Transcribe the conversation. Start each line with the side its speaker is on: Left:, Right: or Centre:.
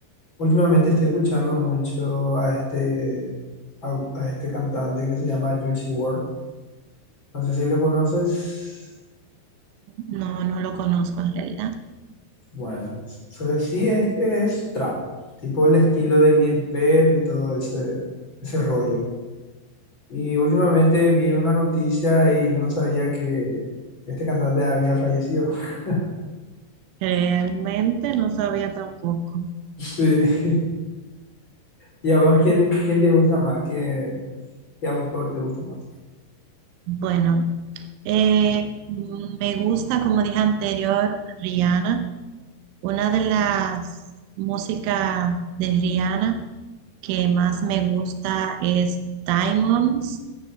Left: últimamente estoy escuchando mucho a este, a, a este cantante que se llama Juicy WRLD. No sé si lo conoces.
Right: No, no lo conozco en realidad.
Left: Bueno, sobre sí es que es trap, tipo el estilo de Lil Peep y todo ese, ese rollo. Y últimamente vi una noticia y yo no sabía que este cantante había fallecido. <laughs>
Right: Realmente no sabía tampoco.
Left: Sí. ¿Y a vos quién, quién te gusta más? ¿Qué, qué autor te gusta más?
Right: Bueno. Eh, me gusta, como dije anterior, Rihanna. Una de las músicas de Rihanna que más me gusta es Diamonds